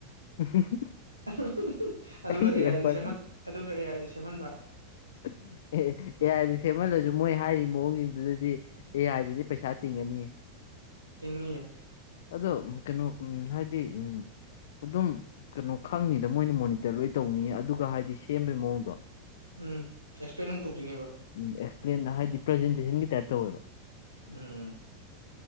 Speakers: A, on the left; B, on the right.
A: <unintelligible>
B: <unintelligible> ꯑꯗꯨꯒ
A: ꯑꯩꯒꯤ
B: ꯑꯦꯑꯥꯏꯗ
A: ꯑꯦꯐꯔꯠ
B: ꯁꯦꯝꯍꯟ ꯑꯗꯨꯒ ꯑꯦꯑꯥꯏꯗ ꯁꯦꯝꯍꯟꯕ
A: <unintelligible> ꯑꯦꯍ ꯑꯦꯑꯥꯏꯅꯤ__ ꯁꯦꯝꯍꯜꯂꯁꯨ ꯃꯣꯏ ꯍꯥꯏꯔꯤ ꯃꯑꯣꯡꯁꯤꯡꯗꯨꯗꯗꯤ ꯑꯦ ꯑꯥꯏꯗꯗꯤ ꯄꯩꯁꯥ ꯇꯤꯡꯉꯅꯤꯌꯦ__
B: ꯇꯤꯡꯅꯤꯌꯦ
A: ꯑꯗꯣ ꯎꯝ ꯀꯩꯅꯣ ꯎꯝ ꯍꯥꯏꯗꯤ ꯎꯝ ꯑꯗꯨꯝ ꯀꯩꯅꯣ ꯈꯪꯅꯤꯗ ꯃꯣꯏꯅ ꯃꯣꯅꯤꯇꯔ ꯂꯣꯏ ꯇꯧꯅꯤꯌꯦ ꯑꯗꯨꯒ ꯍꯥꯏꯗꯤ ꯁꯦꯝꯕꯒꯤ ꯃꯑꯣꯡꯗꯣ
B: ꯎꯝ ꯑꯦꯛꯁꯄ꯭ꯂꯦꯟ ꯑꯃꯨꯛ ꯇꯧꯗꯣꯏꯅꯦꯕ
A: ꯎꯝ ꯑꯦꯛꯁꯄ꯭ꯂꯦꯟ ꯍꯥꯏꯗꯤ ꯄ꯭ꯔꯖꯦꯟꯇꯦꯁꯟꯒꯤ ꯇꯥꯏꯞ ꯇꯧꯋꯦꯕ
B: ꯎꯝ